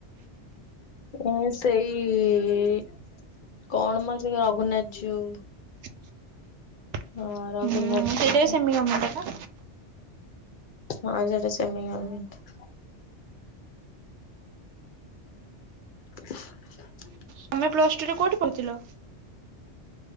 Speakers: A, on the left; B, on the right.
A: ଇଏ ସେଇ କଣ ମ ଯେଉ ରଘୁନାଥ ଯିଉ।
B: <inaudible>
A: ହଁ ରଘୁନାଥ।
B: ସେଇଟାବି
A: ଜୀଉ ଟା
B: ସେମିଗମେଣ୍ଟ ପା।
A: ହଁ ସେଇଟା ସେମିଗମେଟ। <inaudible>
B: ତମେ ପ୍ଲସଟୁରେ କୋଉଠି ପଢୁଥିଲ?